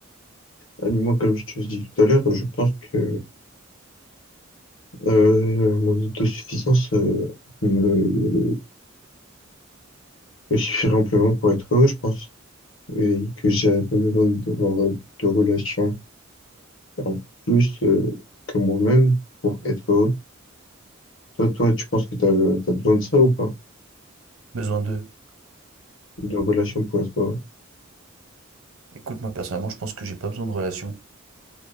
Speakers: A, on the left; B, on the right.
A: Euh, Moi, comme je te l'ai dit tout à l'heure, je pense que euh, mon autosuffisance euh, me, me suffirait amplement pour être heureux, je pense, et que j'avais pas besoin d'avoir euh, de relations en plus euh, que moi-même pour être heureux. Toi, toi, tu penses que tu as, besoin de ça ou pas?
B: Besoin d'eux.
A: De relations pour être heureux?
B: Écoute, moi personnellement, je pense que j'ai pas besoin de relations.